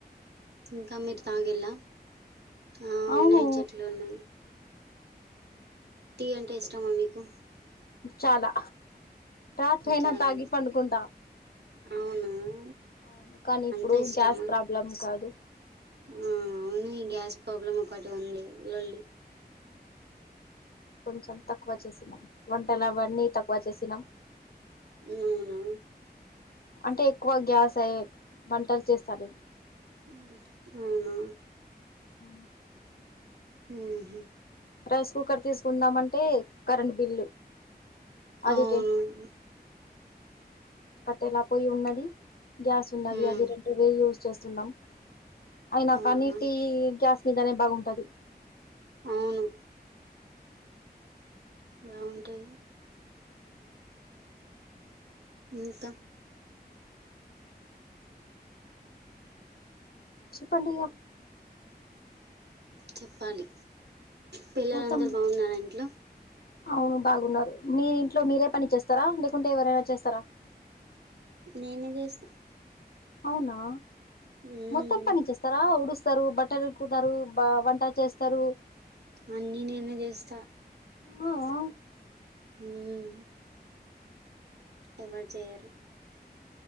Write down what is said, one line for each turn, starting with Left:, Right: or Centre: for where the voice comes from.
Right: ఇంకా మీరు తాగిళ్ళ ఆ
Left: అవును
Right: ఉన్నాయి చెట్లు ఉన్నాయి టీ అంటే ఇష్టమా మీకు
Left: చాలా రాత్రి అయినా
Right: చాలా
Left: తాగి
Right: ఇష్టం.
Left: పండుకుంటా
Right: అవునా ఆ
Left: అవును కానీ ఇప్పుడు
Right: అంత ఇష్టమా
Left: గ్యాస్ ప్రాబ్లం కాదు
Right: ఆ అవును ఈ గ్యాస్ ప్రాబ్లం ఒకటి ఉంది లొల్లి
Left: కొంచెం తక్కువ చేసినాం వంటలు అవన్నీ తక్కువ చేసినాం
Right: అవునా
Left: అంటే ఎక్కువ గ్యాస్ అయ్యి వంటలు చేస్తాలే
Right: ఉమ్ అవునా
Left: ఆ
Right: ఉహూ
Left: రైస్ కుక్కర్ తీసుకుందామంటే కరెంట్ బిల్లు అది
Right: అవును
Left: కట్టెల పొయ్యి ఉన్నది గ్యాస్ ఉన్నది
Right: ఉమ్
Left: అది రెండు వే యూస్ చేస్తున్నాం అయినా
Right: అవునా
Left: కానీ టీ గ్యాస్ మీదనే బాగుంటది
Right: అవును బాగుంటది ఇంకా
Left: చెప్పండి ఇగా
Right: చెప్పాలి పిల్లలందరూ
Left: మొత్తం
Right: బాగున్నారా ఇంట్లో
Left: అవును బాగున్నారు మీ ఇంట్లో మీరే పని చేస్తారా లేకుంటే ఎవరైనా చేస్తారా
Right: నేనే చేస్తా
Left: అవునా
Right: ఉమ్
Left: మొత్తం పని చేస్తారా ఊడు స్తారు బట్టలు ఉతుకుతారు బా వంట చేస్తారు
Right: అన్నీ నేనే చేస్తా
Left: ఆ ఆ
Right: ఉమ్ ఎవరు జేయరు